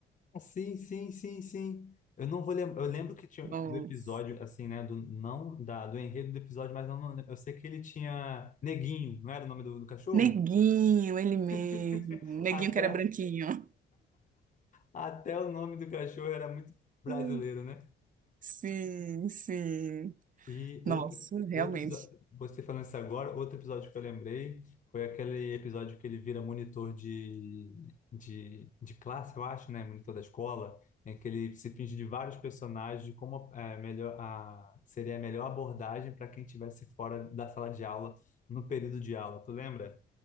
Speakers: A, on the left; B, on the right.
A: Ah, sim, sim, sim, sim. Eu não vou lembrar. Eu lembro que tinha
B: Nossa.
A: do episódio, assim, né? Do, não da, do enredo do episódio, mas eu, não, eu sei que ele tinha Neguinho, não era o nome do, do cachorro?
B: Neguinho, ele mesmo.
A: <laughs>
B: Neguinho
A: Até,
B: que era branquinho.
A: até o nome do cachorro era muito brasileiro,
B: Hum.
A: né?
B: Sim, sim.
A: E
B: Nossa,
A: outro,
B: realmente.
A: outro episódio, você falando isso agora, outro episódio que eu lembrei foi aquele episódio que ele vira monitor de, de, de classe, eu acho, né? Monitor da escola, em que ele se finge de vários personagens, de como é, melhor, a, seria a melhor abordagem para quem estivesse fora da sala de aula, no período de aula. Tu lembra?